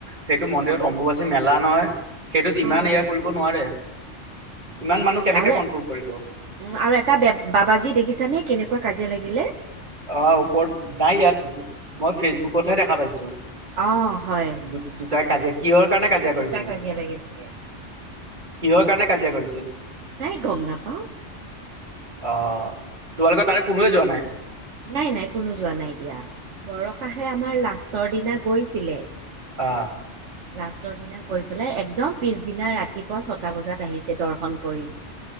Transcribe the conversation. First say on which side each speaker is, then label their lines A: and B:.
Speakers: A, on the right; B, on the right.
A: সেইটো মন্দিৰত অম্বুবাচী মেলা নহয় সেইটোত ইমান
B: অ'
A: এয়া কৰিব নোৱাৰে ইমান
B: বাপৰে
A: মানুহ কেনেকে
B: আৰু
A: কন্ট্ৰল কৰিব
B: উম আৰু এটা বাবাজী দেখিছানে কেনেকা কা কাজিয়া লাগিলে
A: অ ওপৰত নাই ইয়াত মই ফেচবুকতহে দেখা পাইছোঁ
B: অ', হয়।
A: দু দুটাই কাজিয়া কিহৰ কাৰণে কাজিয়া কৰিছিল?
B: দুটা কাজিয়া লাগিছিলে।
A: কিহৰ কাৰণে কাজিয়া কৰিছিল?
B: নাই গম নাপাওঁ।
A: অ', তোমালোকৰ তাৰে কোনোৱে যোৱা নাই?
B: নাই, নাই কোনো যোৱা নাই দিয়া, বৰষাহে আমাৰ লাষ্টৰ দিনা গৈছিলে।
A: অ'।
B: লাষ্টৰ দিনা গৈ পেলাই, একদম পিছদিনা ৰাতিপুৱা ছটা বজাত আহিছে দৰ্শন কৰি।